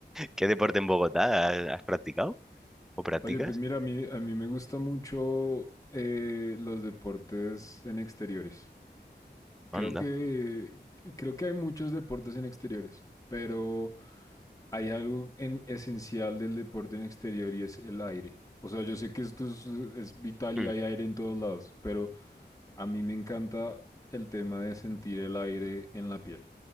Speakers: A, in the centre; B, on the left.
A: ¿Qué deporte en Bogotá has, has practicado o practicas?
B: Oye, pues mira, a mí, a mí me gusta mucho eh, los deportes en exteriores. Creo
A: Anda.
B: que, eh, creo que hay muchos deportes en exteriores, pero hay algo en esencial del deporte en exterior y es el aire. O sea, yo sé que esto es, es vital
A: Mm,
B: y hay aire en todos lados, pero a mí me encanta el tema de sentir el aire en la piel.